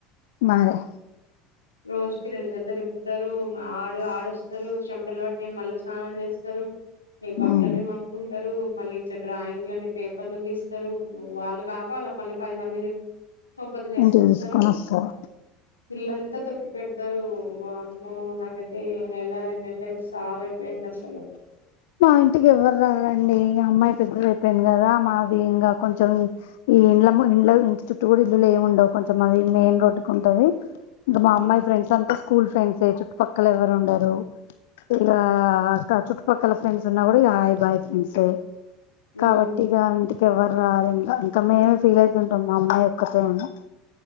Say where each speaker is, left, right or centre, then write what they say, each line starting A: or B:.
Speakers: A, on the left; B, on the left.
A: మరి
B: రోజుకి రెండు జతలు ఇప్పుతారు ఆడు ఆడొస్ చెమటలు పట్టిని మళ్ళీ స్నానాలు చేస్తారు ఈ బట్టలన్నీ
A: ఉమ్
B: మాపుకుంటారు మళ్ళీ ఇంట్లో డ్రాయింగ్ అని పేపర్లు గిస్తారు వాళ్ళు కాక వాళ్ళ మళ్ని పది మందిని ఓ పదిని వేసుకొస్తారు
A: ఇంటికి తీసుకొని వస్తారు
B: ఇల్లంతా తొక్కి పెడతారు వామ్మో నాకైతే నెల రెండేళ్లు అయిపోయి సావు అపోయిందసలు
A: మా ఇంటికి ఎవ్వరు రారండి అమ్మాయి పెద్దది అయిపోయింది కదా మాది ఇంకా కొంచెం ఈ ఈ ఇంల ఇండ్ల ఇంటి చుట్టూ కూడా ఇల్లులు ఏము ఉండవు కొంచెం మాది మెయిన్ రోడ్ కి ఉంటది ఇంకా మా
B: ఆహా
A: అమ్మాయి ఫ్రెండ్స్ అంత స్కూల్ ఫ్రెండ్సే చుట్టుపక్కల ఎవరు ఉండరు ఇక ఆక చుట్టుపక్కల ఫ్రెండ్స్ ఉన్నా కూడా హాయ్ బాయ్ ఫ్రెండ్సే
B: ఉమ్
A: కాబట్టి ఇక ఇంటికి ఎవ్వరు రారు ఇంకా ఇంకా మేమే ఫీల్ అవుతుంటాం మా అమ్మాయి ఒక్కతే అని